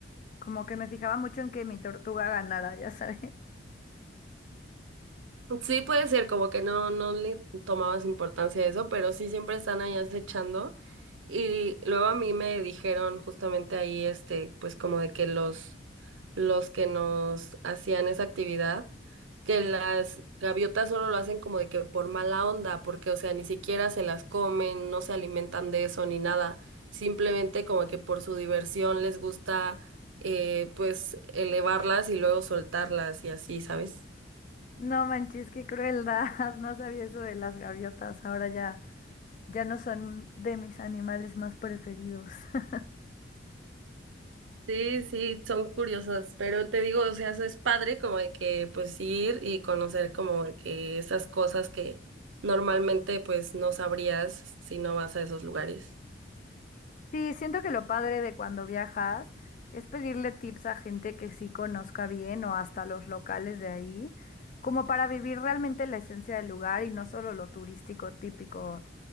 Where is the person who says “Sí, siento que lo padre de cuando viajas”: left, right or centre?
Left